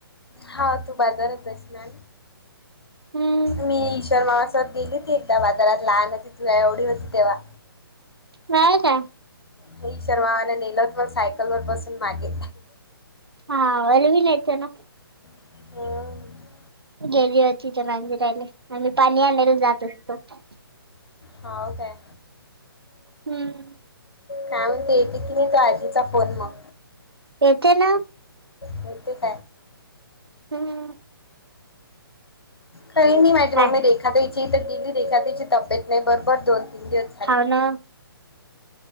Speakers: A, on the left; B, on the right.
A: हा तू बाजारात जासिना
B: हम्म
A: मी ईश्वरमामा समोर तर ती गेली हो ती एकदा बाजारात लहान होती तू एवढी होती तेव्हा.
B: नाय काय?
A: हे सर्वांना नेल होत सायकल वर बसून मागे.
B: हा अलवील यत ना.
A: हम्म.
B: गेली होती तर राणीने आणि मी पाणी आणायला जात होते.
A: हो काय?
B: हम्म
A: काय म्हणते येते की नाही तो आधीचा फोन मग?
B: येते ना
A: होईते.
B: हम्म
A: काही नाही माझी मम्मी
B: हा
A: रेखा त्याची तर गेली रेखा त्याची तब्येत नाही बरोबर दोन तीन दिवस झा
B: हाव ना.